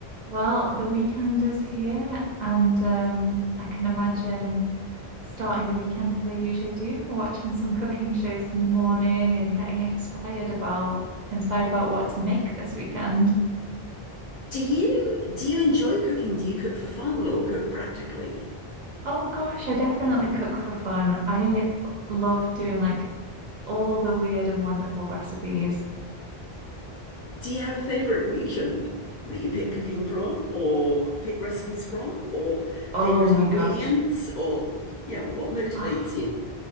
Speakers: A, on the right (about 55°); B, on the left (about 55°).
A: Well, the weekend is here, and um, I can imagine starting the weekend as I usually do, watching some cooking shows in the morning and getting inspired about inspired about what to make this weekend.
B: Do you do you enjoy cooking? Do you cook for fun or cook practically?
A: Oh gosh, I definitely cook for fun. I love doing like all the weird and wonderful recipes.
B: Do you have a favorite region that you pick cooking from or pick recipes from or favorite
A: Oh my
B: ingredients
A: gosh.
B: or yeah, what motivates
A: Ah,
B: you?